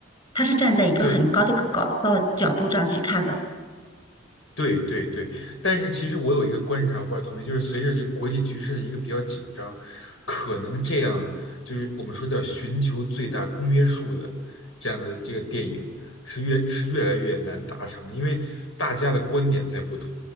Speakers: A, on the left (about 25°); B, on the left (about 75°).
A: 它是站在一个很高的一个高到角度上去看的。
B: 对，对对对，但是其实我有一个观察，我不知道同意，就是随着这个国际局势的一个比较紧张，可能这样就是我们说叫寻求最大公约数的这样的这个电影是越是越来越难达成，因为大家的观点在不同，